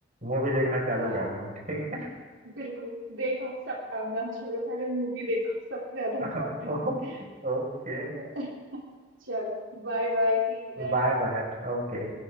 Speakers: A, on the right; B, on the right.
A: मूवी देखना चालू
B: हाँ
A: कर रहा हूँ ठीक
B: बिल्कुल देखो सब काम धाम छोड़ो पहले मूवी देखो सबसे ज्यादा
A: <laughs>
B: इम्पोर्टेंट ठीक
A: ओके
B: है, चलो bye bye see you then
A: Bye bye okay